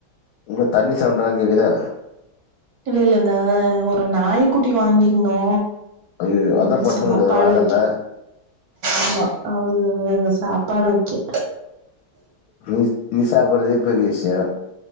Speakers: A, on the left (about 75°); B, on the right (about 70°).
A: உங்க தண்ணி சவுடல்லா கேக்குதே
B: இல்ல இல்ல இந்த ஒரு நாய்க்குட்டி வாங்கி இருந்தோ
A: ஐயையோ அதா
B: அதுக்கு
A: படுத்துனுக்குது
B: சாப்பாடு
A: வாசல்ல
B: வக்கெ ஆமா அவது சாப்பாடு வக்கெ
A: நீ நீ சாப்பறதே பெரிய விஷய